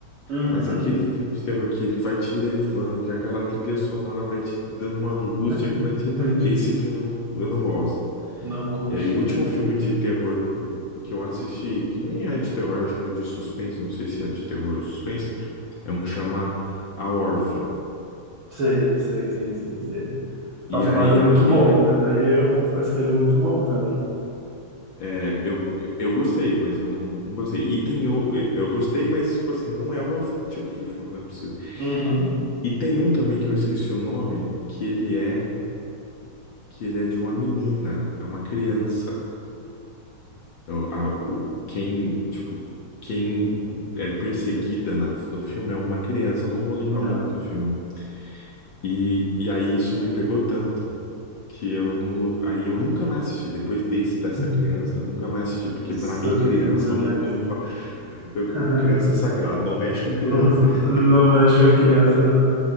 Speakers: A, on the right (about 50°); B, on the left (about 55°).
A: Uhum.
B: Mas aquele filme de terror que ele vai te levando, que aquela trilha sonora vai te dando uma angústia,
A: <laughs>
B: que vai te. Esse filme eu não, eu não gosto.
A: Não curte,
B: E aí, o último
A: né?
B: filme de terror que que eu assisti, que nem é de terror, acho que é de suspense, não sei se é de terror ou suspense. É um que chama A Órfã.
A: Sei, sei, sei, sei, sei.
B: E
A: Nossa,
B: aí
A: mas é muito
B: aquele.
A: bom, mas aí eu confesso que ele é muito bom também.
B: é, eu, eu gostei, mas eu não, não gostei. E tem o, eu gostei, mas tipo assim, não é o meu tipo de filme, não é possível.
A: Uhum.
B: E tem um também que eu esqueci o nome, que ele é que ele é de uma menina, é uma criança. Eu- a- o, quem, tipo, quem é perseguida na- no filme é uma criança, eu não vou lembrar
A: Não.
B: o nome do filme. E, e aí isso me pegou tanto. que eu não, aí eu nunca mais assisti. Depois desse dessa
A: <laughs>
B: criança, eu nunca mais assisti, porque
A: Se
B: pra mim
A: eu
B: criança
A: não quiser
B: não,
A: mais.
B: não pode, eu-
A: <laughs>
B: criança é sagrado, não mexe com criança.
A: Não
B: <laughs>
A: mexe com a criança, não.